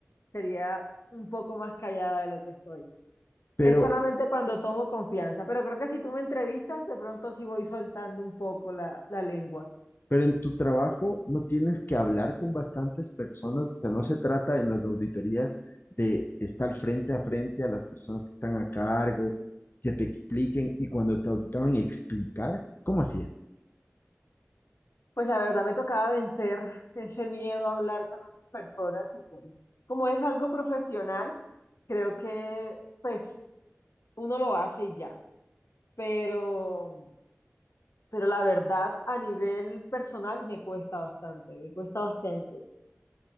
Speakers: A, on the left; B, on the left.
A: sería un poco más callada de lo que soy.
B: Pero
A: Es solamente cuando tomo confianza, pero creo que si tú me entrevistas, de pronto sí voy soltando un poco la, la lengua.
B: Pero en tu trabajo no tienes que hablar con bastantes personas, o sea, no se trata en las auditorías de estar frente a frente a las personas que están a cargo, que te expliquen y cuando te auditaban explicar, ¿cómo hacías?
A: Pues la verdad me tocaba vencer ese miedo a hablar con otras personas y pues como es algo profesional, creo que pues uno lo hace y ya, pero pero la verdad a nivel personal me cuesta bastante, me cuesta bastante.